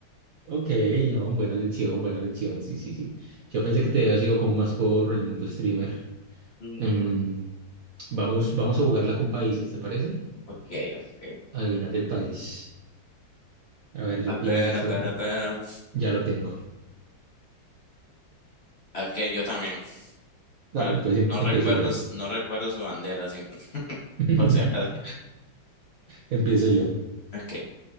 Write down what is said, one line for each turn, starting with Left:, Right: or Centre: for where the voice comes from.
Right: Ok, no, buena lección, buena lección, sí, sí, sí. Yo pensé que te había sido como más por el mundo streamer.
Left: Mm,
Right: Em, vamos, vamos a jugarla con países, ¿te parece?
Left: Ok, ok.
Right: Adivinar el país. A ver, yo
Left: A ver,
Right: pienso,
Left: a ver, a ver.
Right: ya lo tengo.
Left: Ok, yo también,
Right: Dale.
Left: pero
Right: Entonces
Left: no
Right: em- empiezo
Left: recuerdo,
Right: yo.
Left: no recuerdo su bandera, sí, <laughs>
Right: <laughs>
Left: por si acaso.
Right: Empiezo yo.
Left: Ok.